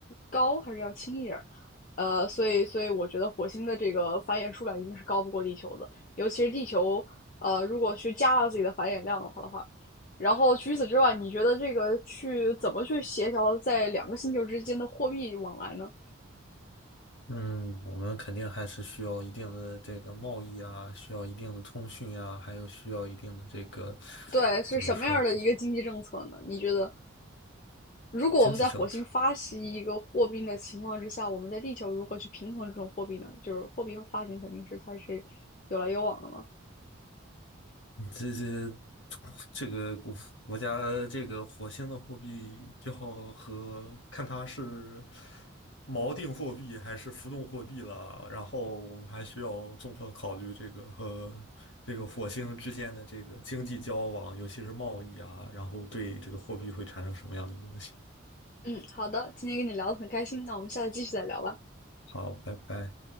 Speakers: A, on the left; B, on the left.
A: 高还是要轻一点呃，所以所以我觉得火星的这个繁衍数量一定是高不过地球的。尤其是地球，呃，如果去加大自己的繁衍量的话的话，然后除此之外，你觉得这个去怎么去协调在两个星球之间的货币往来呢？
B: 嗯，我们肯定还是需要一定的这个贸易啊，需要一定的通讯啊，还有需要一定的这个
A: 对，是什么样的一个经济政策呢？
B: 怎么说呢
A: 你觉得，如果我们在火星发行一个货币的情况之下，
B: 经济政策。
A: 我们在地球如何去平衡这种货币呢？就是货币发行肯定是它是有来有往的嘛。
B: 你这这这个国国家这个火星的货币就好和看它是锚定货币还是浮动货币了。然后我们还需要综合考虑这个和这个火星之间的这个经济交往，尤其是贸易啊，然后对这个货币会产生什么样的影响。
A: 嗯，好的，今天跟你聊得很开心，那我们下次继续再聊吧。
B: 好，拜拜。